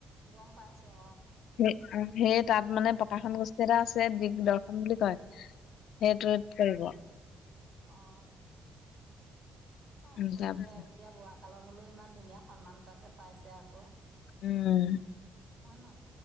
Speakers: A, on the right; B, on the left.
A: গম পাইছ অ
B: সেই তাত মানে প্ৰকাশন গোষ্ঠী এটা আছে দিগদৰ্শন বুলি কয় সেইটোোৱ কৰিব
A: আহ অব
B: উম তাৰপিছত
A: দিয়া এতিয়া বোৱা কালত হলেও ইমান ধুনীয়া সন্মানতা যে পাইছে আকৌ
B: উম
A: অ ন